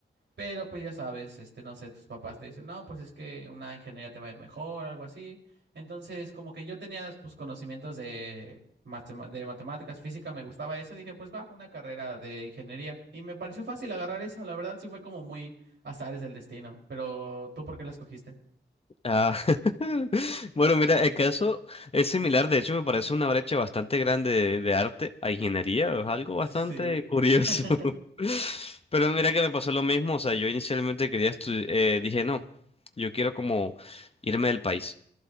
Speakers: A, on the right (about 75°); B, on the left (about 30°).
A: Pero pues ya sabes, este, no sé, tus papás te dicen, no, pues es que una ingeniería te va a ir mejor, algo así. Entonces, como que yo tenía, pues, conocimientos de, matema- de matemáticas, física, me gustaba eso, y dije, pues va, una carrera de ingeniería. Y me pareció fácil agarrar esa, la verdad sí fue como muy azares del destino. Pero, ¿tú por qué la escogiste?
B: Ah, <laughs> bueno, mira, el caso es similar, de hecho me parece una brecha bastante grande de, de arte a ingeniería, es algo bastante
A: Sí.
B: curioso.
A: <laughs>
B: <laughs> Pero mira que me pasó lo mismo, o sea, yo inicialmente quería estudiar, dije no, yo quiero como irme del país.